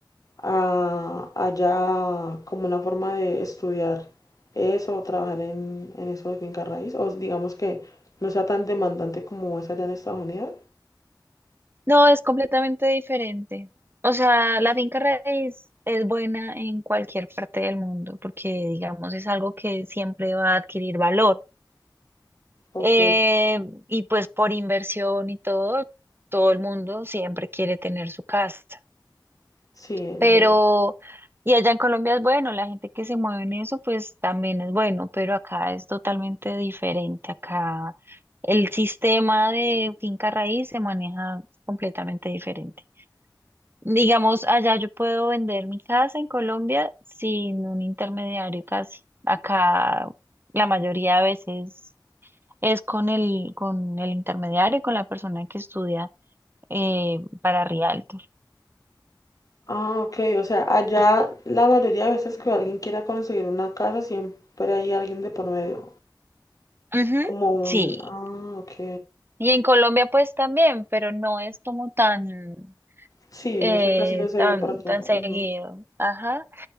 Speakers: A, on the left; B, on the right.
A: a- haya como una forma de estudiar eso o trabajar en, en eso de finca raíz, o digamos que no sea tan demandante como es allá en Estados Unidos.
B: No, es completamente diferente. O sea, la finca raíz es buena en cualquier parte del mundo porque, digamos, es algo que siempre va a adquirir valor.
A: Ok,
B: Eh, y pues por inversión y todo, todo el mundo siempre quiere tener su casa.
A: sí, es
B: Pero,
A: verdad.
B: y allá en Colombia es bueno, la gente que se mueve en eso, pues también es bueno, pero acá es totalmente diferente. Acá el sistema de finca raíz se maneja completamente diferente. Digamos, allá yo puedo vender mi casa en Colombia sin un intermediario casi. Acá la mayoría de veces es con el, con el intermediario, con la persona que estudia eh, para Rialto.
A: Ah, ok, o sea, allá la mayoría de veces que alguien quiera conseguir una casa, siempre hay alguien de por medio,
B: Ujú,
A: como un...
B: Sí.
A: Ah, ok.
B: Y en Colombia pues también, pero no es como tan,
A: Sí,
B: eh,
A: eso casi no se
B: tan,
A: ve por acá.
B: tan
A: ujú.
B: seguido. Ajá.